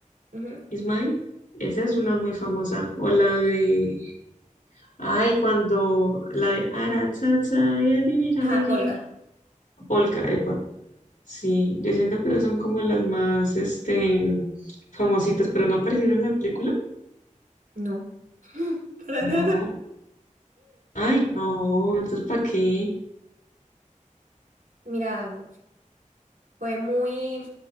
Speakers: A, on the right; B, on the left.
A: Ujú.
B: is Mine, esa es una muy famosa, o la de Ay, cuando la de ara, cha, cha, y adivinariri,
A: Ajá, Polka.
B: Polka, epa. Sí, yo siento que esas son como las más, este, famositas, pero no aparecieron en la película.
A: No, <laughs> para
B: No.
A: nada.
B: Ay, no, entonces ¿para qué?
A: Mira, fue muy,